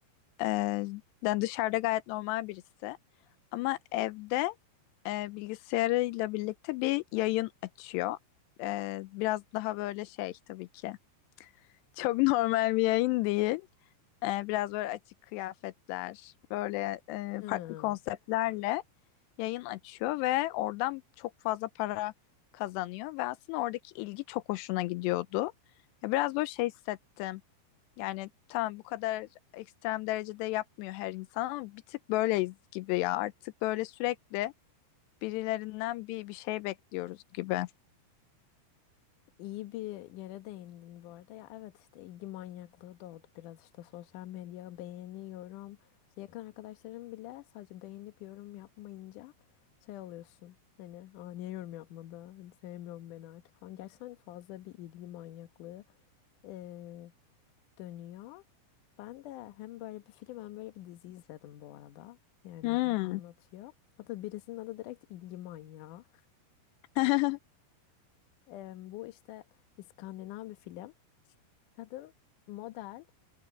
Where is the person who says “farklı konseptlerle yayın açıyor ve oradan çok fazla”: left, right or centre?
Left